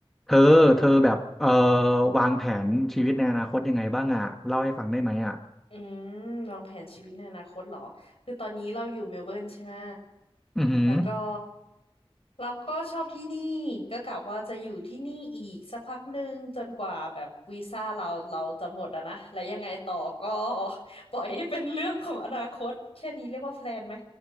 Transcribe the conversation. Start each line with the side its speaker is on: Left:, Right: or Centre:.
Centre: เธอเธอแบบเอ่อวางแผนชีวิตในอนาคตยังไงบ้างอ่ะเล่าให้ฟังได้ไหมอ่ะ
Left: อืมวางแผนชีวิตในอนาคตเหรอคือตอนนี้เราอยู่เมลเบิร์นใช่ไหม
Centre: อือหือ
Left: แล้วก็เราก็ชอบที่นี่ก็กะว่าจะอยู่ที่นี่อีกสักพักหนึ่งจนกว่าแบบวีซ่าเราเราจะหมดอะนะแล้วยังไงต่อก็ <laughs> ปล่อยให้เป็นเรื่องของอนาคตแค่นี้เรียกว่าแพลนไหม